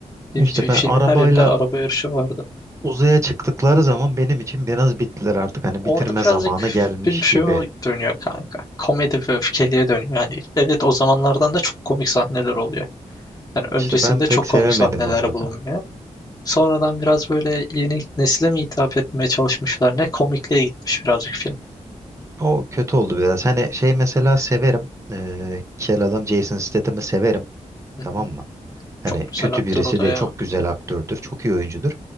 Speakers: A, on the left (about 25°); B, on the right (about 20°).
A: Bir-
B: İşte
A: bir
B: ben
A: Filmin
B: arabayla
A: her yerinde araba yarışı vardı.
B: uzaya çıktıkları zaman benim için biraz bittiler artık. Hani
A: Orada
B: bitirme
A: birazcık
B: zamanı gelmiş
A: film şey
B: gibi.
A: o- dönüyor kanka. Komedi ve öfkeliye dönüyor. Yani evet o zamanlardan da çok komik sahneler oluyor. Yani öncesinde
B: İşte ben pek
A: çok
B: sevemedim
A: komik sahneler
B: onları.
A: bulunmuyor. Sonradan biraz böyle yeni nesile mi hitap etmeye çalışmışlar ne? Komikliğe gitmiş birazcık film.
B: O kötü oldu biraz. Hani şey mesela severim. Ee, kel adam Jason Statham'ı severim.
A: Hı
B: Tamam
A: hı.
B: mı? Hani
A: Çok güzel
B: kötü
A: aktör
B: birisi
A: o da
B: de
A: ya.
B: çok güzel aktördür. Çok iyi oyuncudur.